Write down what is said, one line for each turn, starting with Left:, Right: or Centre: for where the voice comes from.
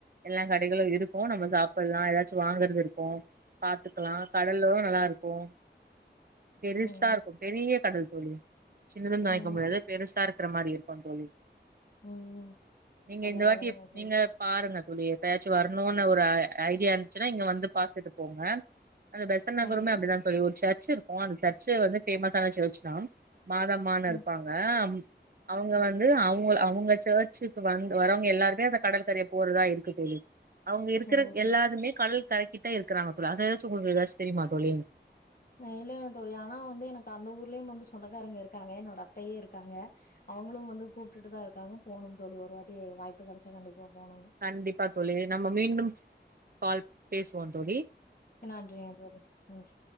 Right: எல்லாம் கடைகளும் இருக்கும் நம்ம சாப்டலாம் ஏதாச்சும் வாங்கறது இருக்கும் பாத்துக்கலாம் கடல்லும் நல்லா இருக்கும் போம் பெரிசா
Left: ம்
Right: இருக்கும் பெரிய கடல் போலயே சின்னத துவைக்க
Left: ம்
Right: முடியாது பெருசா இருக் இருக்கர மாரி இருக்கும் தோழி
Left: உம்
Right: நீங்க
Left: பரவாயில்லயா
Right: இந்த வாட்டி
Left: அது
Right: நீங்க பாருங்க தோழி எப்பயாச்சும் வரணும்னு ஒரு ஐடியா இருந்துச்சுன்னா இங்க வந்து பாத்துட்டு போங்க அந்த பெசன் நகருமே
Left: கண்டிப்பா
Right: அப்டிதான் தோழி ஒரு சேர் ர்ச் இருக்கும் அந்த சர்ச் வந்து ஃபேமஸ்சான சர்ச்தா மாதம்மான
Left: ம்
Right: இருப்பாங்க அவங்க வந்து அவங் அவங்க சர்ச்சுக்கு வந்து வரவங்க எல்லாருமே அந்த கடற்கரையை போறதா இருக் <unintelligible> தோழி அவங்க இருக்க
Left: ஓ
Right: எல்லாருமே கடல் கரைக்கிட்டா இருக்கிறாங்க கூட அதாச்சி ஏதாச்சும் உங்களுக்கு தெரியுமா தோழி
Left: <unintelligible> தோழி ஆனா வந்து எனக்கு அந்த ஊர்லயும் வந்து சொந்தக்காரங்க இருக்காங்க என்னோட அத்தையே இருக்காங்க அவங்களும் வந்து கூப்பிட்டு தான் இருக்காங்க போணும் தோழி ஒரு வாட்டி வாய்ப்பு கிடச்சா கண்டிப்பா போணுங்க
Right: கண்டிப்பா தோழி நம்ம மீண்டும் கால் பேசுவோம் தோழி
Left: நன்றி ஆங் தோழி நன்றி